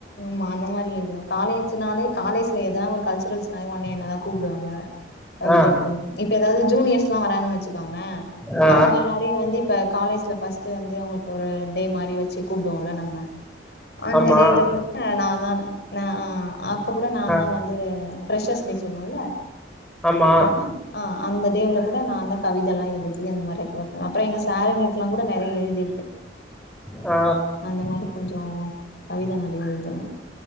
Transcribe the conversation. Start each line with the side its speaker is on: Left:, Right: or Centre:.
Left: ஆமா அந்த மாரி எழுதுவ காலேஜ்னாலே காலேஜ்ல எதனா ஒரு கல்சுரல்ஸ் னாலே உன்னே என்னதா கூப்டுவாங்க கவிதை
Centre: ஆ
Left: எழுதணுனு இப்ப ஏதாவது ஜூனியர்ஸ்லா வராங்கன்னு வச்சுக்கோங்களே
Centre: ஆ
Left: அவுங்க எல்லாரையு வந்துப் இப்ப காலேஜ்ல ஃபர்ஸ்ட்டு வந்து அவங்களுக்கு ஒரு டே மாரி வச்சு கூப்புடுவோல்ல நம்ம அந்த
Centre: ஆமா
Left: டேலவுல கூட நா தா அ அப்ப கூட நா
Centre: ஆ
Left: தா வந்து ஃபிரஷஸ் டேஸ் சொல்லுவோல்ல
Centre: ஆமா
Left: அத ஆ அந்த டேவுல கூட நாந்தா கவிதையெல்லா எழுதி அந்த மாதிரி ரெக்கவர் அப்பறோ எங்க சார்ங்களுக்குலா கூட நெறைய எழுதிருக்கே
Centre: ஆ
Left: அந்த மாதிரி கொஞ்சோ கவித நெறைய எழுதுவே